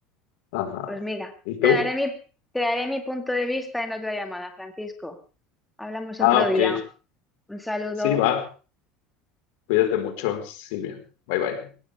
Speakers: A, on the left; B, in the centre.
A: Ajá.
B: Pues mira,
A: ¿Y tú?
B: te daré mi, te daré mi punto de vista en otra llamada, Francisco. Hablamos
A: Ah,
B: otro
A: ok.
B: día. Un saludo.
A: Sí, va. Cuídate mucho, Silvia. Bye bye.